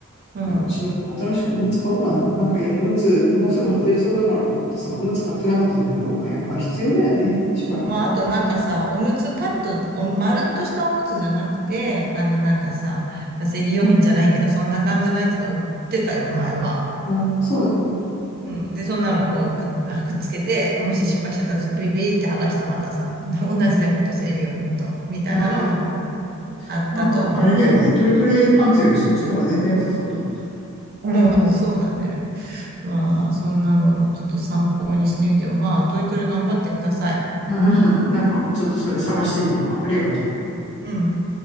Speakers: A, on the right; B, on the left.
A: うん。
B: じゃあ、うちも新しくおむつ買おうかな。なんか、いや、おむつ、もうすぐ外れそうだからと思ってさ、おむつ買ってなかったんだけど、まあやっぱ必要だよね。しばらくね。
A: まああとなんかさ、おむつパッと、お丸っとしたおむつじゃなくて、あのなんかさ、まあ、生理用品じゃないけどそんな感じのやつが売ってたよ、前は。
B: うん、そうなの。
A: うん。で、そんなのをくっ、くっつけて、もし失敗しちゃったらスピリピリって剥がしてまたさ、<laughs> 同じだよ、ほんと生理用品と。みたいなのも
B: うん
A: あったと思う。
B: なんか、あれだよね。トイトレパンツよりそっちの方が全然良さそうだもん。
A: うん、そうだね。まあ、そんなのをちょっと参考にしてみてよ。まあ、トイトレ頑張ってください。
B: <laughs> うんなんか、ちょっとそれ探してみるわ。ありがとう。
A: うん。